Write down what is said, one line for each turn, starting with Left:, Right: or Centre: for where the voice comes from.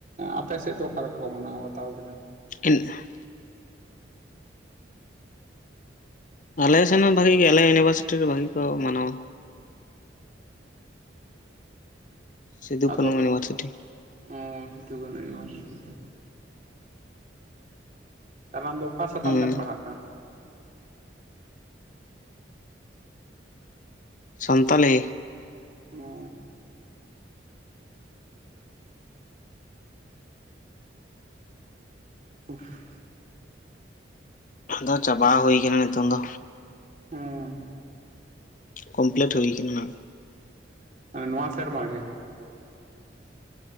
Right: ᱟᱯᱮ ᱥᱮᱫ ᱫᱚ ᱚᱠᱟᱞᱮᱠᱟ ᱠᱚ ᱢᱟᱱᱟᱣᱟ ᱵᱟᱛᱟᱣ ᱠᱮᱫᱟ
Left: <unintelligible> ᱟᱞᱮ ᱥᱮᱱ ᱦᱚᱸ ᱵᱷᱟᱜᱤ ᱜᱮ ᱟᱞᱮ ᱤᱭᱩᱱᱤᱵᱷᱟᱨᱥᱤᱴᱤ ᱨᱮ ᱵᱷᱟᱜᱤ ᱠᱚ ᱢᱟᱱᱟᱣᱟ᱾ ᱥᱤᱫᱩ
Right: ᱟᱫᱚ
Left: ᱠᱟᱹᱱᱩ ᱤᱭᱩᱱᱤᱵᱷᱟᱨᱥᱤᱴᱤ
Right: ᱚ ᱥᱤᱫᱩ ᱠᱟ. ᱱᱩ ᱤᱭᱩᱱᱤᱵᱷᱟᱨᱥᱤᱴᱤ ᱛᱟᱦᱚᱞᱮ ᱟᱢ ᱫᱚ ᱚᱠᱟ ᱥᱟᱛᱟᱢ
Left: ᱦᱩᱸ
Right: ᱛᱮᱢ ᱯᱟᱲᱦᱟᱜ ᱠᱟᱱᱟ?
Left: ᱥᱟᱱᱛᱟᱞᱤ
Right: ᱚ <inaudible>
Left: ᱟᱫᱚ ᱪᱟᱵᱟ ᱦᱩᱭ ᱠᱟᱱᱟ ᱱᱤᱛᱚᱝ ᱫᱚ
Right: ᱦᱮᱸ
Left: ᱠᱚᱢᱯᱞᱤᱴ ᱦᱩᱭ ᱠᱟᱱᱟ ᱱᱟᱝ
Right: ᱱᱱᱚᱣᱟ ᱥᱮᱨᱢᱟ ᱜᱮ